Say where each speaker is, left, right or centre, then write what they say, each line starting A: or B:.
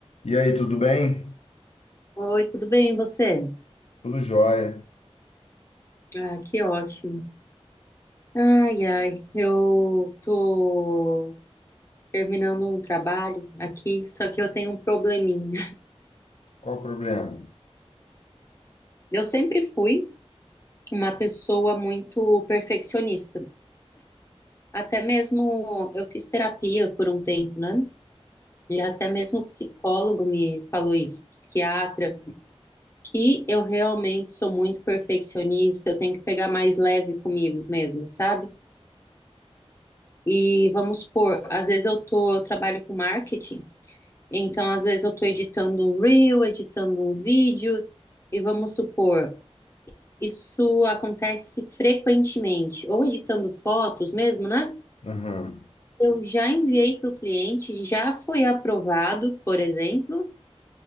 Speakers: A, on the left; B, on the left.
A: E aí, tudo bem?
B: Oi, tudo bem, e você?
A: Tudo jóia.
B: Ah, que ótimo. Ai, ai, eu tô terminando um trabalho aqui, só que eu tenho um probleminha.
A: Qual o problema?
B: <laughs> Eu sempre fui uma pessoa muito perfeccionista. Até mesmo eu fiz terapia por um tempo, né? E até mesmo o psicólogo me falou isso, psiquiatra, que eu realmente sou muito perfeccionista, eu tenho que pegar mais leve comigo mesmo, sabe? E vamos supor, às vezes eu tô, eu trabalho com marketing, então às vezes eu tô editando um reel, editando um vídeo, e vamos supor, isso acontece frequentemente, ou editando fotos mesmo, né?
A: Aham,
B: Eu já enviei para o cliente, já foi aprovado, por exemplo,